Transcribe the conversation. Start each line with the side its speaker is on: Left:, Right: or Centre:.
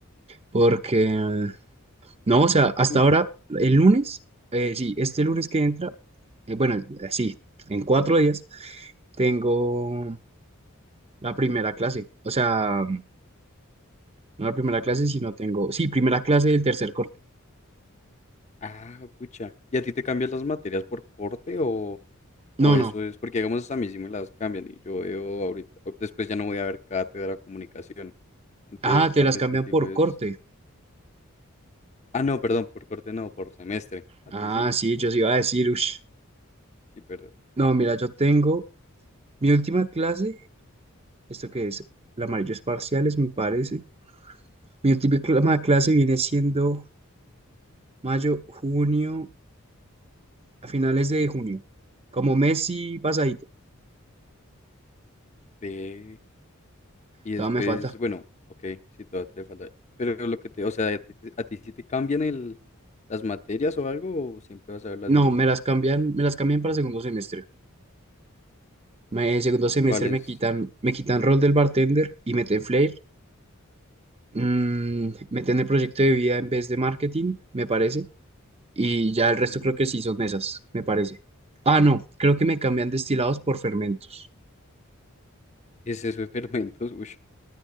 Right: Porque, eh, no, o sea, hasta
Left: Mm.
Right: ahora, el lunes, eh, sí, este lunes que entra, eh, bueno, eh, sí, en cuatro días, tengo la primera clase. O sea, no la primera clase, sino tengo, sí, primera clase del tercer corte.
Left: Ah, pucha. ¿Y a ti te cambian las materias por corte o,
Right: No,
Left: o eso
Right: no.
Left: es? Porque digamos a mí sí me las cambian y yo veo ahorita, después ya no voy a ver cátedra de comunicación. Entonces
Right: Ah, te
Left: tal
Right: las
Left: vez
Right: cambian
Left: contigo
Right: por
Left: es...
Right: corte.
Left: Ah, no, perdón, por corte no, por semestre. A
Right: Ah,
Left: ti sí.
Right: sí,
Left: Bueno,
Right: yo sí iba a decir, ush.
Left: sí, perdón.
Right: No, mira,
Left: Sí.
Right: yo tengo mi última clase, esto que es, la amarillo es parciales, me parece. Mi última clase viene siendo mayo, junio, a finales de junio, como mes y pasadito.
Left: Ve. Y
Right: Todavía
Left: después,
Right: me falta.
Left: bueno, ok, sí, todavía te falta. Pero lo que te, o sea, ¿a ti, te- a ti sí te cambian el, las materias o algo o siempre vas a ver las
Right: No,
Left: mismas?
Right: me las cambian, me las cambian para segundo semestre. Me, segundo semestre
Left: ¿Cuáles?
Right: me quitan, me quitan rol del bartender y meten flair. Mm, meten el proyecto de vida en vez de marketing, me parece. Y ya el resto
Left: Mm,
Right: creo que sí son esas, me parece. Ah, no, creo que me cambian destilados por fermentos.
Left: ¿Qué es eso de fermentos? Uy.